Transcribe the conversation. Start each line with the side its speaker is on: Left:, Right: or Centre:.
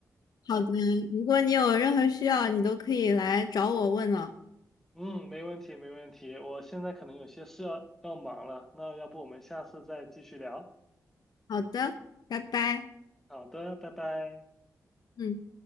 Left: 好的，如果你有任何需要，你都可以来找我问哦。
Centre: 嗯，没问题，没问题。我现在可能有些事要要忙了，那要不我们下次再继续聊？
Left: 好的，拜拜。
Centre: 好的，拜拜。
Left: 嗯。